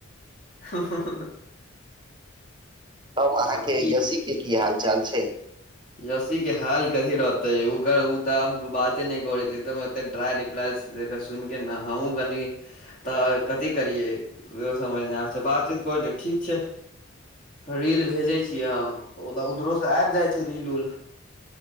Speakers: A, on the left; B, on the right.
A: <inaudible> हूं हूं
B: तब अहाँ
A: आब
B: के
A: की
B: यसी के की हाल चाल छै।
A: यसी के हाल कथी रहते ओकर ओ त आब बाते न करे छै तऽ ट्रॉय रिप्लाइ स्टेटस सुनि के न हम हूँ कनि त कथी करियै इहो समझ नहि आब छै बातचीत करै छिय ठीक छै। रील भेजै छियै हम ओ त उधरो से आबि जाय छै रील उल